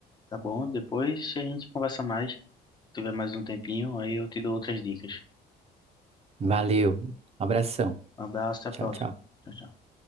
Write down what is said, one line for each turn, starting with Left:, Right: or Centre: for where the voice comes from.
Left: Tá bom? Depois a gente conversa mais. Se tiver mais um tempinho, aí eu te dou outras dicas.
Right: Valeu. Abração.
Left: Um abraço, até a
Right: Tchau,
Left: próxima.
Right: tchau.
Left: Tchau, tchau.